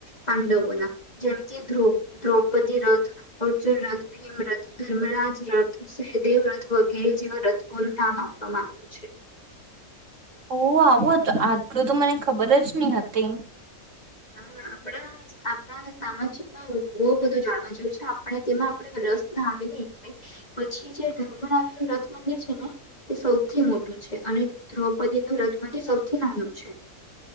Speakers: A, on the left (about 25°); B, on the right (about 60°).
A: પાંડવોના જેમ કે્ર દ્રૌપદી રથ અર્જુન રથ ભીમ રથ ધર્મરાજ રથ સહેદેવ રથ વગેરે જેવા રથો. નામ આપવામાં આવ્યું છે.
B: ઓ આવો હતું આટલું તો મને ખબર જ નહી હતી.
A: હા આપણા આપણા સામાજિકમાં બહુ બધું જાણવા જેવું છે આપણે તેમાં આપણે રસ ના આવે ને એટલે પછી જે ધર્મનાલ નું રથ મંદિર છે ને તે સૌથી મોટું છે અને દ્રૌપદી નું રથ મંદિર સૌથી નાનું છે.